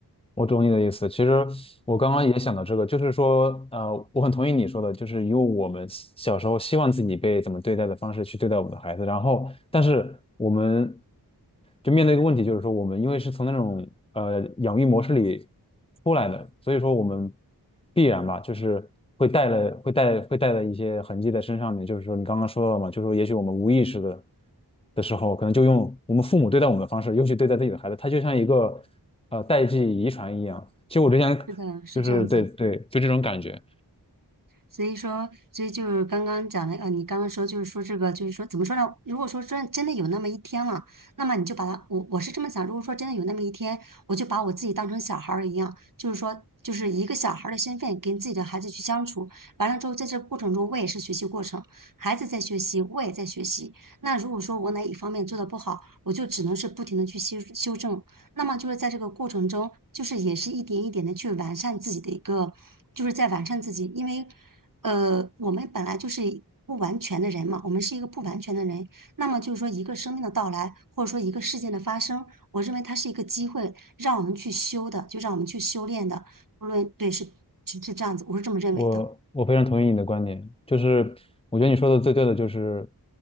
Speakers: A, on the left; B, on the right.
A: 我懂你的意思。其实我刚刚也想到这个，就是说，呃，我很同意你说的，就是以我们小时候希望自己被怎么对待的方式去对待我们的孩子，然后，但是我们。就面对一个问题，就是说我们因为是从那种呃养育模式里出来的，所以说我们必然吧，就是会带了会带会带了一些痕迹在身上面。就是说你刚刚说到了嘛，就是说也许我们无意识的的时候，可能就用我们父母对待我们的方式，尤其对待自己的孩子，他就像一个呃代际遗传一样。其实我之前
B: 是的，是这样子。
A: 就是对对，就这种感觉。
B: 所以说，所以就是刚刚讲的，呃，你刚刚说就是说这个，就是说怎么说呢？如果说真真的有那么一天了，那么你就把它，我我是这么想，如果说真的有那么一天，我就把我自己当成小孩儿一样，就是说，就是一个小孩儿的身份跟自己的孩子去相处。完了之后，在这过程中，我也是学习过程，孩子在学习，我也在学习。那如果说我哪一方面做的不好，我就只能是不停的去修修正，那么就是在这个过程中，就是也是一点一点的去完善自己的一个，就是在完善自己，因为，呃，我们本来就是不完全的人嘛，我们是一个不完全的人。那么就是说，一个生命的到来，或者说一个事件的发生，我认为它是一个机会，让我们去修的，就让我们去修炼的。无论对是是是这样子，我是这么认为的。
A: 我我非常同意你的观点，就是我觉得你说的最对的就是